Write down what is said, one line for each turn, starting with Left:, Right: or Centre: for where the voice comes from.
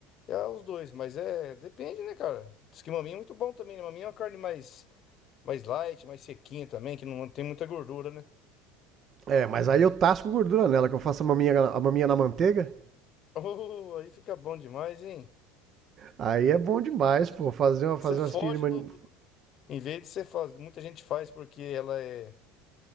Left: É os dois, mas é, depende, né, cara? Diz que maminha é muito bom também, né? Maminha é uma carne mais, mais light, mais sequinha também, que não tem muita gordura, né? <laughs>
Right: É, mas aí eu tasco gordura nela, que eu faço a maminha, a maminha na manteiga.
Left: Oh, aí fica bom demais, hein?
Right: Aí é bom demais, pô. Fazer uma,
Left: Você
Right: fazer
Left: foge
Right: uma assistida de man-
Left: do, do- Em vez de você fazer, muita gente faz porque ela é,